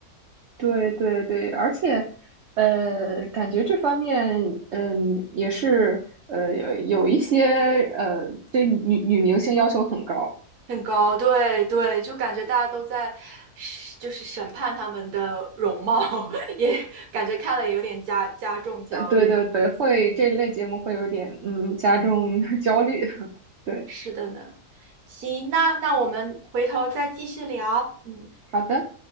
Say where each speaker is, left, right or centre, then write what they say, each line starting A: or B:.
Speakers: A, on the right; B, on the right.
A: 对对对，而且，呃，感觉这方面，嗯，也是，呃，有有一些，呃，对女女明星要求很高，
B: 很高，对对，就感觉大家都在审，就是审判他们的容貌，<laughs> 也感觉看了也有点加加重焦虑。
A: 呃，对对对，会这类节目会有点，嗯，加重 <laughs> 焦虑，<laughs> 对，
B: 是的呢，行，那那我们回头再继续聊。嗯，
A: 好的。